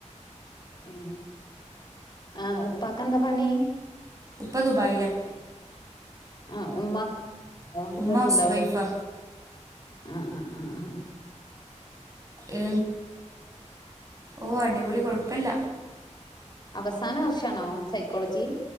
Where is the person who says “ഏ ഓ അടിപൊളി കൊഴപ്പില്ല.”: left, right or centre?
Right